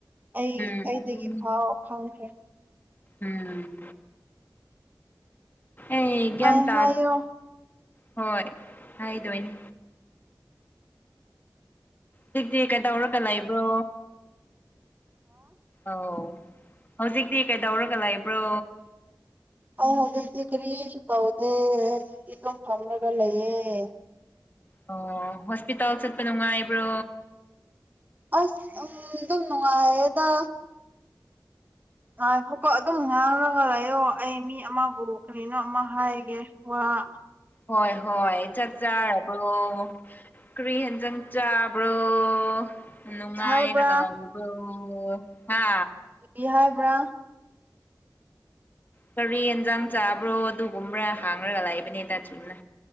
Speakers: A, on the right; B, on the left.
A: ꯑꯩ
B: ꯎꯝ
A: ꯑꯩꯗꯒꯤ
B: ꯑꯗꯨꯅꯤ
A: ꯊꯥꯎ ꯈꯪꯈ꯭ꯔꯦ
B: ꯎꯝ ꯑꯦ ꯒꯥ꯭ꯌꯟꯇ
A: ꯑꯩ ꯍꯥꯏꯌꯣ
B: ꯍꯣꯏ ꯍꯥꯏꯗꯣꯏꯅꯤ ꯍꯧꯖꯤꯛꯇꯤ ꯀꯩꯗꯧꯔꯒ ꯂꯩꯕ꯭ꯔꯣ ꯑꯎ ꯍꯧꯖꯤꯛꯇꯤ ꯀꯩꯗꯧꯔꯒ ꯂꯩꯕ꯭ꯔꯣ
A: ꯑꯩ ꯍꯧꯖꯤꯛꯇꯤ ꯀꯔꯤꯁꯨ ꯇꯧꯗꯦ ꯍꯧꯖꯤꯛꯇꯤ ꯑꯗꯨꯝ ꯐꯝꯃꯒ ꯂꯩꯌꯦ
B: ꯑꯣ ꯍꯣꯁꯄꯤꯇꯥꯜ ꯆꯠꯄ ꯅꯨꯡꯉꯥꯏꯕ꯭ꯔꯣ
A: ꯑꯁ ꯅꯨꯡꯗꯤ ꯀꯥꯏꯌꯦꯗ ꯉꯈꯀꯣ ꯑꯗꯨꯝ ꯉꯥꯡꯉꯒ ꯂꯩꯥꯌꫭ ꯑꯩ ꯃꯤ ꯑꯃꯕꯨ ꯀꯔꯤꯅꯣ ꯑꯃ ꯍꯥꯏꯒꯦ ꯋꯥ ꯑ
B: ꯍꯣꯏ ꯍꯣꯏ ꯆꯥꯛ ꯆꯥꯔꯕ꯭ꯔꯣ ꯀꯔꯤ ꯍꯦꯟꯖꯪ ꯆꯥꯕ꯭ꯔꯣ ꯑꯣ
A: ꯀꯔꯤ
B: ꯅꯨꯡꯉꯥꯏꯔꯒ
A: ꯍꯥꯏꯕ꯭ꯔꯥ
B: ꯂꯩꯕ꯭ꫪꫭ ꯍꯥ
A: ꯀꯔꯤ ꯍꯥꯏꯕ꯭ꯔꯥ
B: ꯀꯔꯤ ꯑꯦꯟꯁꯥꯡ ꯆꯥꯕ꯭ꯔꯣ ꯑꯗꯨꯒꯨꯝꯕ꯭ꯔꯥ ꯍꯥꯡꯉꯒ ꯂꯩꯕꯅꯦꯗ ꯆꯨꯝꯅ